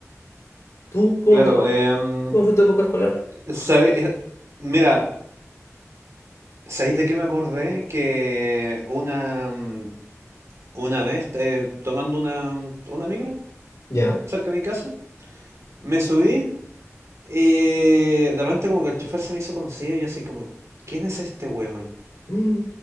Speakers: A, on the left; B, on the right.
A: ¿Tú cómo
B: claro.
A: te...
B: em,
A: ¿Cómo fue poco escolar?
B: ¿Sabe? eh, Mira, ¿sabéis de qué me acordé? Que una, mm, una vez eh, tomando una, una micro
A: Ya,
B: cerca de mi casa, me subí Eh, de repente como que el chofer se me hizo conocido y yo así como, ¿quién es este weón?
A: Mm,